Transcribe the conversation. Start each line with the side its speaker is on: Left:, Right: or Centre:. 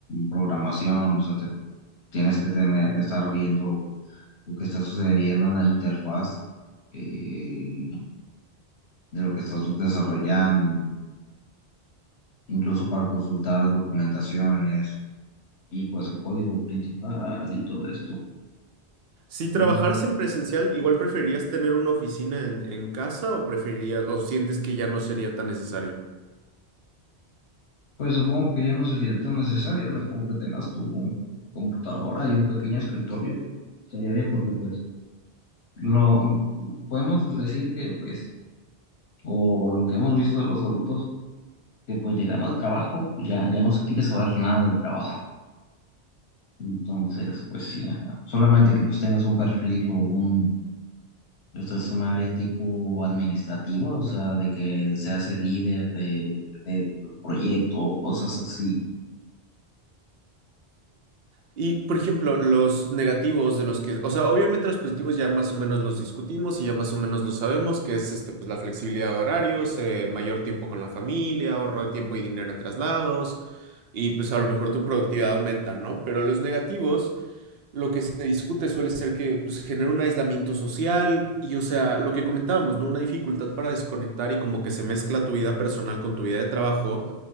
Left: programación, o sea, te tienes que tener, estar viendo lo que está sucediendo en la interfaz eh, de lo que estás desarrollando, incluso para consultar documentaciones y pues el código principal y todo esto.
Right: Si trabajaras
Left: Mm,
Right: en presencial, igual preferirías tener una oficina en, en casa o preferirías, o sientes que ya no sería tan necesario.
Left: Pues supongo que ya no sería tan necesario, o sea, como que tengas tu computadora y un pequeño escritorio, estaría bien porque pues lo podemos decir que pues o lo que hemos visto de los adultos, que pues llegando al trabajo, pues ya, ya no se quiere saber nada del trabajo. Entonces, pues sí, ajá. Solamente que pues tengas un perfil o un, esto es un área tipo administrativa, o sea, de que seas el líder de, del proyecto, o cosas así.
Right: Y, por ejemplo, los negativos de los que, o sea, obviamente los positivos ya más o menos los discutimos y ya más o menos lo sabemos, que es este, pues la flexibilidad de horarios, eh, mayor tiempo con la familia, ahorro de tiempo y dinero en traslados, y pues a lo mejor tu productividad aumenta, ¿no? Pero los negativos, lo que se discute suele ser que pues genera un aislamiento social y, o sea, lo que comentábamos, ¿no? Una dificultad para desconectar y como que se mezcla tu vida personal con tu vida de trabajo.